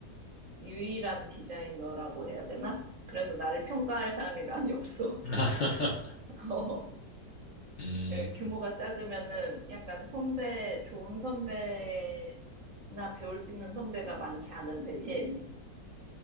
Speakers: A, on the right; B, on the left.
A: 유일한 디자이너라고 해야 되나? 그래서 나를 평가할 사람이 많이 없어.
B: 음, <laughs>
A: <laughs>
B: 음,
A: 예, 규모가 작으면은 약간 선배, 좋은 선배나 배울 수 있는 선배가 많지 않은 대신